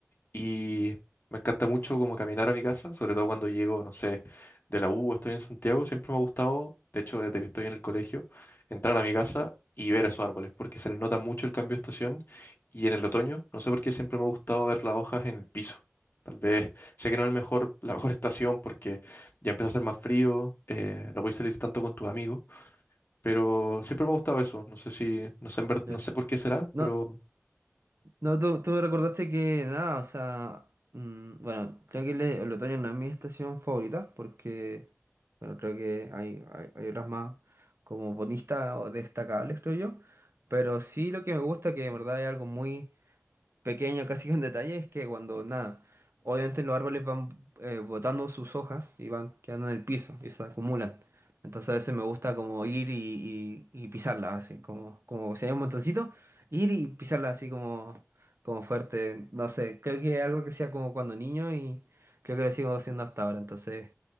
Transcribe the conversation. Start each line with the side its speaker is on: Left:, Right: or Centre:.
Left: Y me encanta mucho como caminar a mi casa, sobre todo cuando llego, no sé, de la U, o estoy en Santiago, siempre me ha gustado, de hecho, desde que estoy en el colegio, entrar a mi casa y ver esos árboles, porque se les nota mucho el cambio de estación y en el otoño, no sé por qué siempre me ha gustado ver las hojas en el piso. Tal vez, sé que no es el mejor, <laughs> la mejor estación porque ya empieza a hacer más frío, eh, no podéis salir tanto con tus amigos, pero siempre me ha gustado eso, no sé si, no sé, en ver-
Right: Ya.
Left: no sé por qué será,
Right: No.
Left: pero...
Right: No, tú, tú me recordaste que nada, o sea, mm, bueno, creo que el, el otoño no es mi estación favorita porque, bueno, creo que hay, hay, hay otras más como bonistas o destacables, creo yo, pero sí lo que me gusta que de verdad es algo muy pequeño, casi un detalle, es que cuando nada, obviamente los árboles van eh, botando sus hojas y van quedando en el piso y se acumulan. Entonces a veces me gusta como ir y, y, y pisarlas, así como, como si hay un montoncito, ir y pisarlas así como, como fuerte. No sé, creo que es algo que sea como cuando niño y creo que lo sigo haciendo hasta ahora. Entonces,